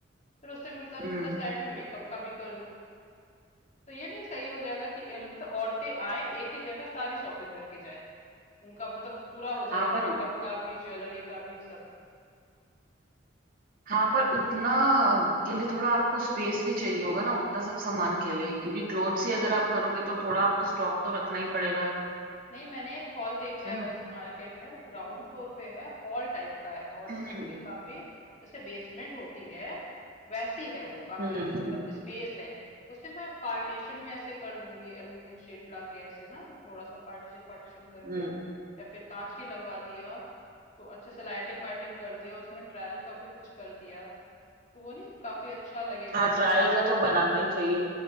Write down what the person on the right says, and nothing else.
हम्म
हाँ
पर
हाँ पर उतना के लिए थोड़ा आपको स्पेस भी चाहिए होगा ना उतना सब सामान के लिए क्योंकि क्लोथ्स ही अगर आप करोगे तो थोड़ा आपको स्टॉक तो रखना ही पड़ेगा
है
ना
हम्म
हम्म
हम्म
हम्म
हाँ ट्रायल का तो बनाना ही चाहिए